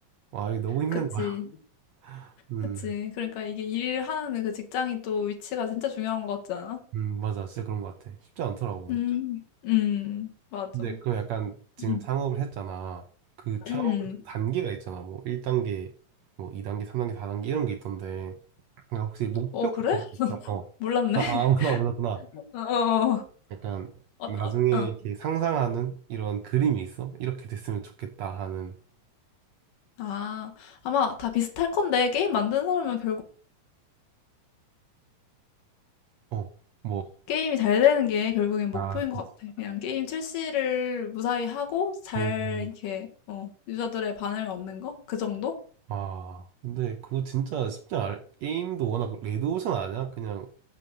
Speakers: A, on the right (about 70°); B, on the left (about 70°).
A: 와 이게 너무 힘든
B: 그치,
A: 거야. <laughs> 음,
B: 그치. 그러니까 이게 일하는 그 직장이 또 위치가 진짜 중요한 것 같지 않아?
A: 음 맞아, 진짜 그런 것 같아. 쉽지 않더라고.
B: 음, 음, 맞아.
A: 근데 그 약간 지금
B: 음,
A: 창업을 했잖아. 그 창업
B: 음.
A: 단계가 있잖아. 뭐 1단계, 뭐 2단계, 3단계, 4단계 이런 게 있던데 그러니까 혹시 목표
B: 어,
A: 같은
B: 그래?
A: 게 있나? 어,
B: 몰랐네.
A: 아, 아 몰라 몰랐구나.
B: <laughs> 어, 어,
A: 약간
B: 어,
A: 나중에
B: 어. 어.
A: 이렇게 상상하는 이런 그림이 있어? 이렇게 됐으면 좋겠다 하는
B: 아, 아마 다 비슷할 건데, 게임 만든 사람은 결국,
A: 어, 뭐
B: 게임이 잘 되는 게 결국엔
A: 아,
B: 목표인
A: 그치.
B: 것 같아. 그냥 게임 출시를 무사히 하고, 잘,
A: 음.
B: 이렇게, 어, 유저들의 반응을 얻는 거? 그 정도?
A: 아, 근데 그거 진짜 쉽지 않아. 게임도 워낙 레드오션 아니야? 그냥